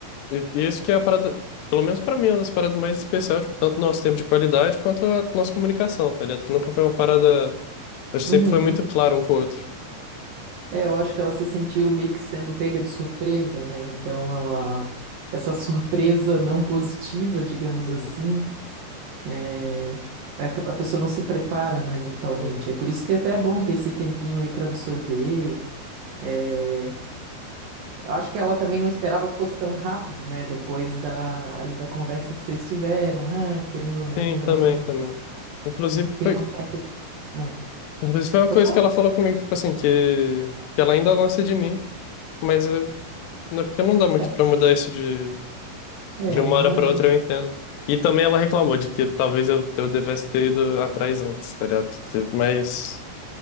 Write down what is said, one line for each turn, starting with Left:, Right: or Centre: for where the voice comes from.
Left: e, e isso que é a parada, pelo menos pra mim, é uma das paradas mais especiais, tipo, tanto nosso tempo de qualidade quanto a nossa comunicação, tá ligado? Que nunca foi uma parada, a gente
Right: Uhum.
Left: sempre foi muito claro um com o outro.
Right: É, eu acho que ela se sentiu meio que sendo pega de surpresa, né? Então ela, essa <laughs> surpresa não positiva, digamos
Left: Uhum,
Right: assim, é, a, a pessoa não se prepara, né, mentalmente.
Left: uhum.
Right: É por isso que até é bom ter esse tempinho aí para absorver. É, eu acho que ela também não esperava que fosse tão rápido, né? Depois da ali da conversa que vocês tiveram, ah, querendo ou não,
Left: Sim,
Right: relacionamento
Left: também, também.
Right: à distância,
Left: Inclusive
Right: é, tem
Left: foi,
Right: uma certa, ah,
Left: inclusive foi uma
Right: pode
Left: coisa
Right: falar.
Left: que ela falou comigo, tipo assim, que, que ela ainda gosta de mim, mas eh, Né? Porque não dá muito
Right: É,
Left: pra mudar isso de,
Right: é,
Left: de uma
Right: eu
Left: hora
Right: imagino.
Left: pra outra, eu entendo. E também ela reclamou de que talvez eu, eu devesse ter ido atrás antes, tá ligado? Mas,